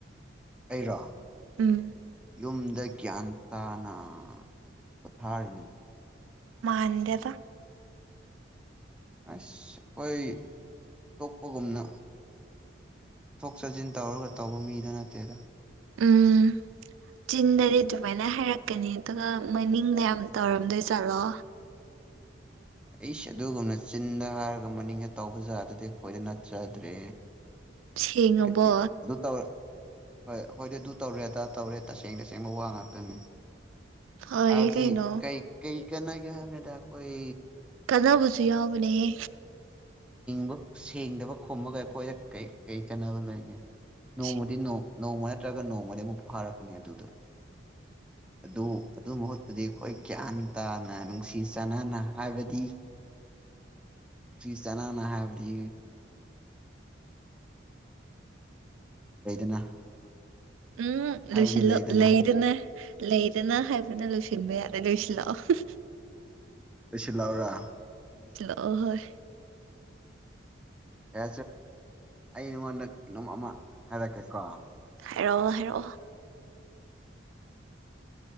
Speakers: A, in the centre; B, on the right.
A: ꯑꯩꯔꯥ
B: ꯎꯝ
A: ꯌꯨꯝꯗ ꯒ꯭ꯌꯥꯟ ꯇꯥꯅ ꯄꯣꯊꯥꯔꯤꯅꯦ
B: ꯃꯥꯟꯗ
A: ꯑꯁ ꯑꯩꯈꯣꯏ ꯇꯣꯛꯄꯒꯨꯝꯅ ꯊꯣꯛ ꯆꯠꯁꯤꯟ ꯇꯧꯔꯒ ꯇꯧꯕ ꯃꯤꯗ ꯅꯠꯇꯦꯗ
B: ꯎꯝ ꯆꯤꯟꯗꯗꯤ ꯑꯗꯨꯃꯥꯏꯅ ꯍꯥꯏꯔꯛꯀꯅꯤ ꯑꯗꯨꯒ ꯃꯅꯤꯡꯗꯣ ꯌꯥꯝ ꯇꯧꯔꯝꯗꯣꯏ ꯆꯠꯂꯣ
A: ꯑꯩꯁꯦ ꯑꯗꯨꯒꯨꯝꯅ ꯆꯤꯟꯗ ꯍꯥꯏꯔꯒ ꯃꯅꯤꯡꯗ ꯇꯧꯕ ꯖꯥꯔꯗꯨꯗꯤ ꯑꯩꯈꯣꯏꯗ ꯅꯠꯆꯗ꯭ꯔꯦ
B: ꯁꯦꯡꯉꯕꯣ
A: ꯍꯣꯏ ꯗ ꯇ ꯍꯣꯏ ꯑꯩꯣꯏꯗꯤ ꯑꯗꯨ ꯇꯧꯔꯦ ꯑꯗꯥ ꯇꯧꯔꯦ ꯇꯁꯦꯡ ꯇꯁꯦꯡꯕ ꯋꯥ ꯉꯥꯛꯇꯅꯤ
B: ꯐꯔꯦ
A: ꯍꯥꯏꯕꯗꯤ
B: ꯀꯩꯅꯣ
A: ꯀꯩ ꯀꯩ ꯀꯥꯟꯅꯒꯦ ꯍꯥꯏꯕꯗ ꯑꯩꯈꯣꯏ
B: ꯀꯥꯟꯅꯕꯁꯨ ꯌꯥꯎꯕꯅꯦꯍꯦ
A: ꯕꯨ ꯊꯦꯡꯗꯕ ꯈꯣꯝꯃꯒ ꯑꯩꯈꯣꯏꯗ ꯀ ꯀꯔꯤ ꯀꯥꯟꯅꯕ ꯂꯩꯒꯦ ꯅꯣꯡꯃꯗꯤ
B: ꯁꯤ
A: ꯅꯣꯡꯃ ꯅꯠꯇ꯭ꯔꯒ ꯅꯣꯡꯃꯔꯤꯃꯨꯛ ꯐꯥꯔꯛꯀꯅꯤ ꯑꯗꯨꯗ ꯑꯗꯨ ꯑꯗꯨ ꯃꯍꯨꯠꯄꯨꯗꯤ ꯑꯩꯈꯣꯏ ꯒ꯭ꯌꯥꯟ ꯇꯥꯅ ꯅꯨꯡꯁꯤ ꯆꯥꯟꯅꯅ ꯍꯥꯏꯕꯗꯤ ꯐ ꯆꯅꯅ ꯍꯥꯏꯕꯗꯤ ꯂꯩꯗꯅ
B: ꯎꯝ
A: ꯍꯥꯏꯕꯗꯤ
B: ꯁꯤꯂꯨ
A: ꯂꯩꯗꯅ
B: ꯂꯩ ꯏꯔꯅ ꯂꯩꯗꯅ ꯍꯥꯏꯕꯅ ꯂꯣꯏꯁꯤꯟꯕ ꯌꯥꯔꯦ ꯂꯣꯏꯁꯤꯜꯂꯛꯑꯣ
A: ꯑꯩꯁꯤ ꯂꯥꯎꯔꯥ
B: ꯑꯍꯣꯏ
A: ꯌꯥ ꯑꯩ ꯅꯉꯣꯟꯗ ꯀꯩꯅꯣꯝ ꯑꯃ ꯍꯥꯏꯔꯛꯀꯦꯀꯣ
B: ꯍꯥꯏꯔꯛꯑꯣ ꯍꯥꯏꯔꯛꯑꯣ